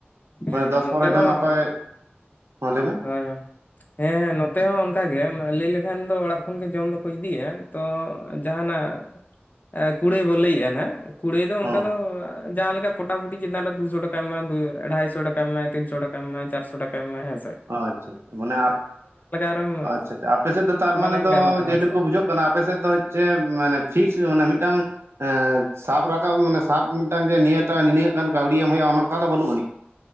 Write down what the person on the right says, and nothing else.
ᱢᱟᱱᱮ
ᱫᱚᱥ
ᱯᱚᱨᱚ ᱡᱚᱱ
ᱚᱠᱚᱭ ᱦᱚᱸ ᱞᱟᱹᱭ ᱢᱮ?
ᱦᱚᱸ
ᱟᱪᱪᱷᱟ ᱢᱚᱱᱮ ᱟᱯ
ᱟᱪᱪᱷᱟ ᱪᱷᱟ ᱟᱯᱮ ᱥᱮᱜ ᱫᱚ ᱛᱟᱨᱢᱟᱱᱮ
ᱫᱚ
ᱡᱮ
ᱴᱩᱠᱩ
ᱵᱩᱡᱩᱜᱼᱼ ᱠᱟᱱᱟ ᱟᱯᱮ ᱥᱮᱜ ᱫᱚ ᱦᱚᱪᱷᱮ ᱢᱟᱱᱮ ᱯᱷᱤᱠᱥ ᱚᱱᱮ ᱢᱤᱫᱴᱟᱝ ᱮᱸ ᱥᱟᱵ ᱨᱟᱠᱟᱵ ᱢᱟᱱᱮᱼᱼ ᱥᱟᱵ ᱢᱤᱫᱴᱟᱝ ᱡᱮ ᱱᱤᱭᱟᱹ ᱴᱟᱜ ᱱᱤᱱᱭᱟᱹᱜ ᱜᱟᱱ ᱠᱟᱹᱣᱰᱤ ᱮᱢ ᱦᱩᱭᱩᱜ-ᱟ ᱚᱱᱠᱟ ᱫᱚ ᱵᱟᱹᱱᱩᱜ ᱟᱹᱱᱤᱡ?